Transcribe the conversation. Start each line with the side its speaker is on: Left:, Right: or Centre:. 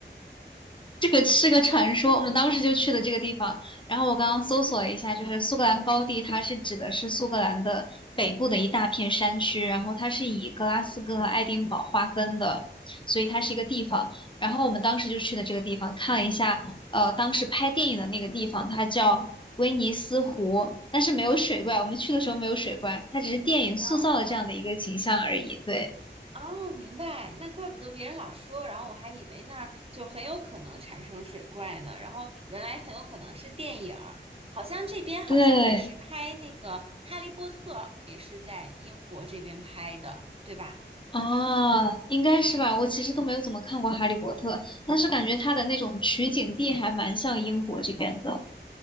Left: 这个是个传说，我们当时就去的这个地方。然后我刚刚搜索了一下，就是苏格兰高地，它是指的是苏格兰的北部的一大片山区，然后它是以格拉斯哥和爱丁堡划分的，所以它是一个地方。然后我们当时就去的这个地方，看了一下，呃，当时拍电影的那个地方，它叫威尼斯湖，但是没有水怪，我们去的时候没有水怪，它只是电影塑造了这样的一个形象而已。
Right: 哦
Left: 对，
Right: 哦，明白，那怪不得别人老说，然后我还以为那儿就很有可能产生水怪呢，然后原来很有可能是电影儿，好像这边好像也是拍那个《哈利波特》，
Left: 对，
Right: 也是在英国这边拍的，对吧？
Left: 哦，应该是吧。我其实都没有怎么看过《哈利波特》，但是感觉它的那种取景地还蛮像英国这边的。